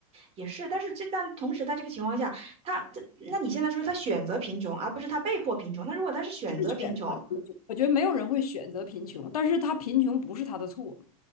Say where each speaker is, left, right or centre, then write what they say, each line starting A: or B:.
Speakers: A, on the right (about 30°); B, on the left (about 85°).
A: 也是，但是这但同时在这个情况下，他这，那你现在说他选择贫穷，而不是他被迫贫穷。那如果他是选择贫穷，
B: 是选择贫穷。我觉得没有人会选择贫穷，但是他贫穷不是他的错。